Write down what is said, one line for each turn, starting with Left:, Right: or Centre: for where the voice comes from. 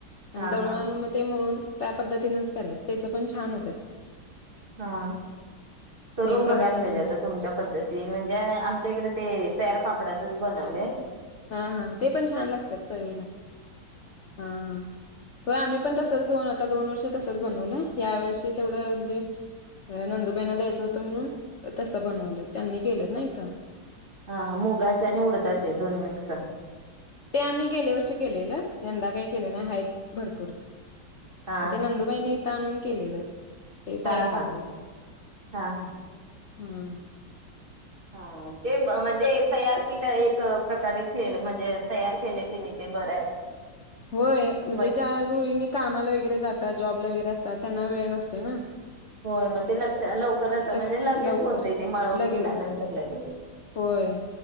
Left: आणि
Right: हा
Left: दळणाणू
Right: हा
Left: मग ते मळून... त्या पद्धतीनच करायच त्याच पण छान होत.
Right: हा करून
Left: सेम प्रमाणात
Right: बघायला पाहिजे
Left: घेऊन
Right: आता तुमच्या पद्धतीने म्हणजे आम... त्याच्याकडे ते तयार पापडाचच बनवले.
Left: हा हा ते पण छान लागतात सळीला हा हा. हो आम्ही पण तसच दऊन आता दोन वर्ष तसच बनवलंय या वर्षी तेवढं म्हणजे नंदुबाईंना द्यायचं होतं म्हणून तसं बनवलंय त्यांनी केलं नाहीत.
Right: हा मुगाचे आणि उडदाचे दोन मिक्स...
Left: ते आम्ही गेले वर्षी केलेलं. यंदा काही केले नाही आहेत भरपूर
Right: हा
Left: ते नंदूबाईनी इथ आणून... केलेलं. ते तयार
Right: हा
Left: पापडाचं
Right: हा हा हा.
Left: हम्म.
Right: हा ते म्हणजे तयारपीठ एक. प्रकारे खेळ म्हणजे तयार केले तिने ते बरं आहे.
Left: होय म्हणजे
Right: म
Left: ज्या गृहिणी कामाला वगैरे जात जॉबला वगरे अस... त्यांना वेळ नसतोय ना.
Right: होय मग ते लक्ष लवकरच
Left: ल
Right: म्हणजे लगेच
Left: लवकर
Right: होतय ते मळून
Left: लगेच
Right: केल्यानंतर
Left: होते
Right: लगेच
Left: होय